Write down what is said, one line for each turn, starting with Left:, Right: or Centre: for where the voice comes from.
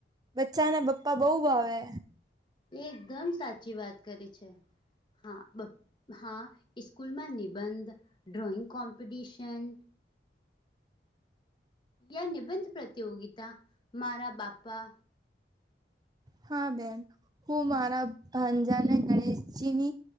Right: બચ્ચા ને બાપ્પા બહુ ભાવે.
Left: એકદમ સાચી વાત કરી છે, હા બાપ્પા હા સ્કૂલમાં નિબંધ, ડ્રોઈંગ કોપીડિશન. યા નિબંધ પ્રતયોગિતા મારા બાપા.
Right: હા બેન, હું મારા ભાંજાને ગણેશજીની..